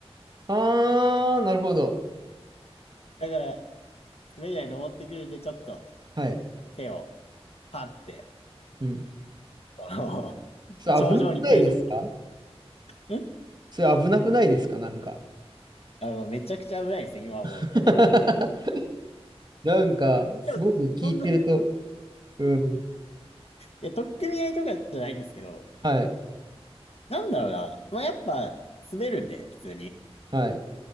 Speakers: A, on the right; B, on the left.
A: あー、なるほど。
B: だから、滑り台に登ってくるんで、ちょっと
A: はい。
B: 手をパって、
A: うん。
B: あの頂上に来ると、
A: それ危なくないですか
B: ん
A: それ危なくないですかなんか。
B: あの、めちゃくちゃ危ないんですよ、今思うと。
A: <laughs> なんか、すごく聞いてると。
B: でも、そんな、い
A: うん。
B: や、取っ組み合いとかじゃないんですけど、
A: はい。
B: なんだろうな。まあ、やっぱ、滑るんで、普通に。
A: はい。